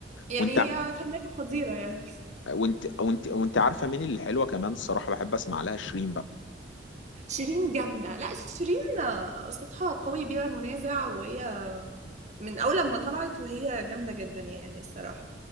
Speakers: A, on the right; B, on the left.
A: يعني
B: وانت ع-
A: هي فنانة قديرة يعني
B: وانت وانت وانت عارفة مين اللي حلوة كمان الصراحة بحب اسمع لها شيرين بقى
A: شيرين جامدة لا شيرين آه، صوتها قوي بلا منازع وهي من أول لما طلعت وهي جامدة جدا يعني الصراحة